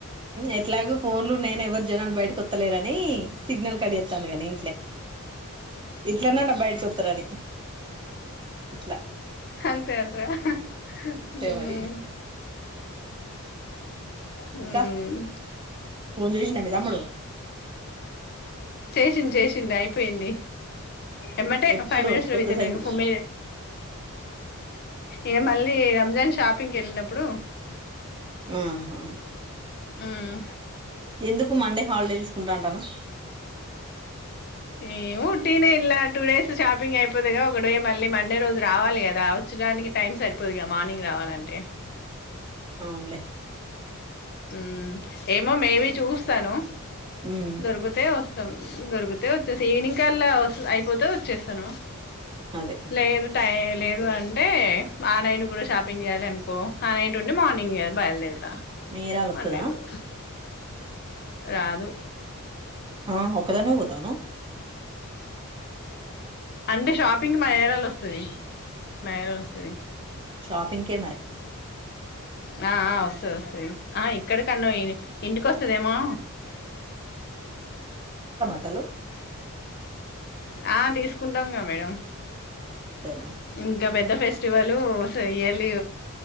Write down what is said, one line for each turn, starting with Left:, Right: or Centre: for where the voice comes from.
Right: ఎట్లాగ ఫోన్లు నేను ఎవ్వరు జనాలు బయటకి ఒత్తలేరు అని సిగ్నల్ కడియ ట్చేతండు కాని ఇట్లన్నన్న బయటకి ఒత్తరని ఇట్లా
Left: అంతే అంతే హ మ్
Right: మరి
Left: హ్మ్
Right: ఇంకా ఫోన్ చేసిండా మీ తమ్ముడు
Left: చేసిండు చేసిండు అయి పేయింది ఎమ్మటే
Right: ఎప్పుడు
Left: ఫైవ్ మినిట్స్ లో
Right: కొత్త
Left: విట్టిండె
Right: సైకిల్
Left: ఇగఫమ్మేదె యే మళ్ళీ రంజాన్ షాపింగ్ కెళ్ళినప్పుడు
Right: ఆహా
Left: మ్మ్
Right: ఎందుకు మండే హాలిడే తీసుకుంటా అంటన్నావ్
Left: ఏవో టేనే ఇల్ల్యా టూ డేస్ షాపింగ్ అయిపోదుగా, ఒక డే మళ్ళీ మండే రోజు రావాలి కదా వచ్చడానికి టైమ్ సరిపోదుగా మార్నింగ్ రావాలంటే,
Right: అవునులే
Left: మ్మ్ ఏమో మేబి చూస్తాను
Right: ఉమ్
Left: దొరుకుతే వస్తాం దొరుకితే వచ్చేస ఈవినింగ్ కల్లా వస్ అయిపోతే వచ్చేస్తాను
Right: అదే
Left: లేదు టైల్ లేదు అంటే ఆ నైట్ కూడా షాపింగ్ జేయాలి అనుకో ఆ నైట్ ఉండి మార్నింగే బయలుదేరుతా
Right: మేరాలొత్తదా
Left: మండే రోజు రాదు
Right: ఆ ఒక్కదానివే పోతావ నువ్
Left: అంటే షాపింగ్ మా ఏరాలో వస్తుది మా ఏరాలో వస్తది
Right: షాపింగ్ కే మరి
Left: ఆ ఆ వస్తది వస్సది ఆ ఇక్కడి కన్నా ఇంటికి వస్తదేమో
Right: హలో
Left: ఆ తీసుకుంటాంగా మేడం
Right: అంతేనా
Left: ఇంకా పెద్ద ఫెస్టివలు వస్సే ఇయర్లీ